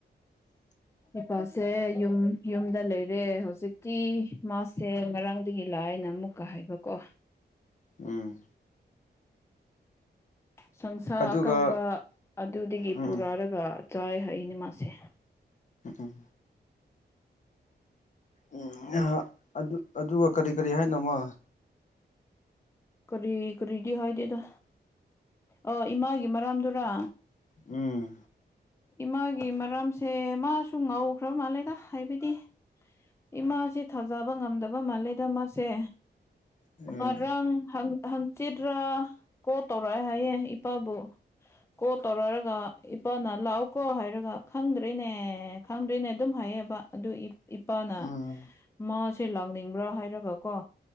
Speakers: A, on the left (about 45°); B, on the left (about 15°).
A: <unintelligible>
B: ꯏꯄꯥꯁꯦ ꯌꯨꯝ ꯌꯨꯝꯗ ꯂꯩꯔꯦ ꯍꯧꯖꯤꯛꯤ ꯃꯥꯁꯦ ꯉꯔꯥꯡꯗꯒꯤ ꯂꯥꯛꯑꯅ ꯑꯃꯨꯛ ꯀ ꯍꯥꯏꯕꯀꯣ
A: ꯎꯝ
B: ꯁꯪꯁꯥ
A: ꯑꯗꯨꯒ
B: ꯑꯀꯪꯕ ꯑꯗꯨꯗꯒꯤ
A: ꯎꯝ
B: ꯄꯨꯔꯛꯔꯒ ꯆꯥꯏ ꯍꯛꯏꯅꯦ ꯃꯥꯁꯦ
A: ꯎꯝ ꯎꯝ ꯑꯗꯨ ꯑꯗꯨꯒ ꯀꯔꯤ ꯀꯔꯤ ꯍꯥꯏꯅꯃ
B: ꯀꯔꯤ ꯀꯔꯤꯗꯤ ꯍꯏꯗꯤꯗ ꯑ ꯏꯃꯥꯒꯤ ꯃꯔꯥꯝꯗꯨꯔꯥ
A: ꯎꯝ
B: ꯏꯃꯥꯒꯤ ꯃꯔꯝꯁꯦ ꯃꯥꯁꯨ ꯉꯥꯎꯈ꯭ꯔ ꯃꯥꯜꯂꯦꯗ ꯍꯥꯏꯕꯗꯤ ꯏꯃꯥꯁꯦ ꯊꯥꯖꯕ ꯉꯝꯗꯕ ꯃꯥꯜꯂꯦꯗ ꯃꯥꯁꯦ
A: ꯎꯝ
B: ꯃꯔꯪ ꯍꯪꯆꯤꯠ꯭ꯔꯥ ꯀꯣ ꯇꯧꯔꯛꯦ ꯍꯥꯏꯌꯦꯦ ꯏꯄꯥꯕꯨ ꯀꯣ ꯇꯧꯔꯔꯒ ꯏꯄꯥ ꯅ ꯂ ꯀꯣ ꯍꯥꯏꯔꯒ ꯈꯪꯗ꯭ꯔꯔꯤꯅꯦ ꯈꯪꯗ꯭ꯣꯏꯅꯦ ꯑꯗꯨꯝ ꯍꯥꯏꯌꯦꯕ ꯑꯗꯨ ꯏꯄꯥꯅ
A: ꯎꯝ
B: ꯃꯥꯁꯦ ꯂꯥꯛꯅꯤꯡꯕ꯭ꯔꯥ ꯍꯥꯏꯔꯒ ꯀꯣ